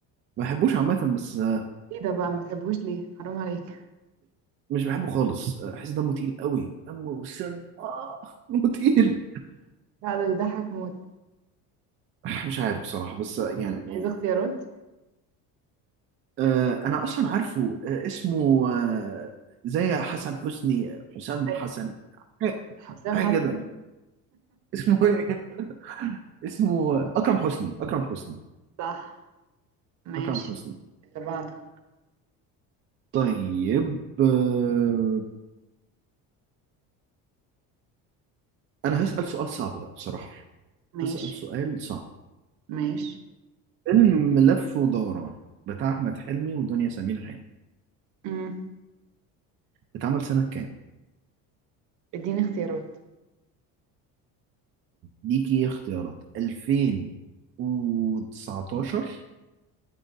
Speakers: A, on the right; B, on the right.
A: ما بحبوش عامة بس آه،
B: ايه ده بقى ما بتحبوش ليه حرام عليك
A: مش بحبه خالص آه، بحس دمه تقيل قوي دمه سم اه دمه تقيل
B: لا ده بيضحك موت
A: <laughs> آه، مش عارف بصراحة بس آه، يعني
B: عايزة اختيارات
A: آه، انا اصلا عارفه آه، اسمه آه، زي حسن حسني حسام
B: ايوه
A: حسن حاجه
B: حسام
A: حاجة
B: حسن
A: كده اسمه ايه <laughs> اسمه اكرم حسني اكرم حسني
B: صح ماشي
A: اكرم حسني
B: اللي بعده
A: طيب آه، انا هسأل سؤال صعب بقى بصراحه
B: ماشي
A: هسأل سؤال صعب
B: ماشي
A: فيلم لف ودوران بتاع احمد حلمي ودنيا سمير غانم
B: امم
A: اتعمل سنه كام
B: اديني اختيارات
A: اديكي اختيارات 2019